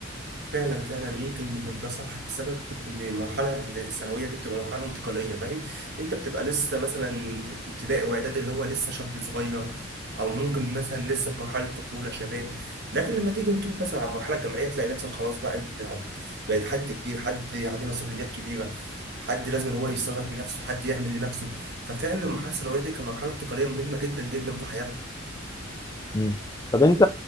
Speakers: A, on the right; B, on the left.
A: فعلا فعلا ممكن يكون ده صح بسبب ان المرحله الثانويه دي بتبقى مرحله انتقاليه فاهم انت بتبقى لسه مثلا ابتدائي واعدادي اللي هو لسه شاب صغير او ممكن مثلا لسه في مرحله طفوله شباب لكن لما تيجي وتروح مثلا على المرحله الجامعيه تلاقي نفسك خلاص بقى انت بقيت حد كبير حد عليه مسؤوليات كبيره حد لازم إن هو يتصرف بنفسه حد يعمل لنفسه ففعلا المرحله الثانويه دي كمرحله انتقاليه مهمه جدا جدا في حياتنا
B: مم. طب انت